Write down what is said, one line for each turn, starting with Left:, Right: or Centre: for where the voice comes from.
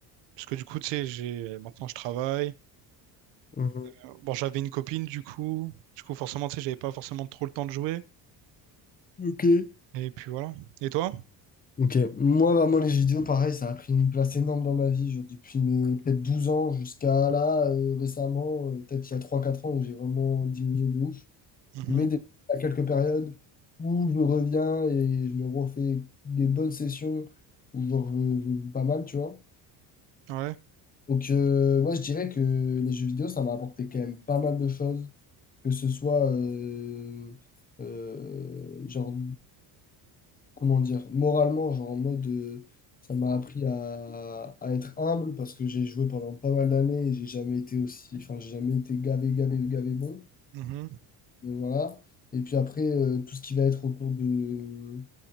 Right: Parce que du coup, tu sais, j'ai euh, maintenant je travaille.
Left: Mhm.
Right: Euh, Bon, j'avais une copine du coup. Du coup, forcément, tu sais, j'avais pas forcément trop le temps de jouer.
Left: Ok.
Right: Et puis voilà. Et toi?
Left: Ok, moi vraiment les jeux vidéo, pareil, ça a pris une place énorme dans ma vie, genre, depuis mes peut-être 12 ans jusqu'à là, euh, récemment, euh, peut-être il y a trois quatre ans où j'ai vraiment diminué de ouf.
Right: Mhm.
Left: Mais des- à quelques périodes où je reviens et je me refais des bonnes sessions où genre, je, je joue pas mal, tu vois.
Right: Ouais.
Left: Donc euh, ouais, je dirais que les jeux vidéo, ça m'a apporté quand même pas mal de choses, que ce soit euh, euh, genre comment dire, moralement, genre en mode, euh, ça m'a appris à, à être humble parce que j'ai joué pendant pas mal d'années et j'ai jamais été aussi, enfin, j'ai jamais été gavé, gavé, gavé bon.
Right: Mhm.
Left: Donc, voilà. Et puis après, euh, tout ce qui va être autour de,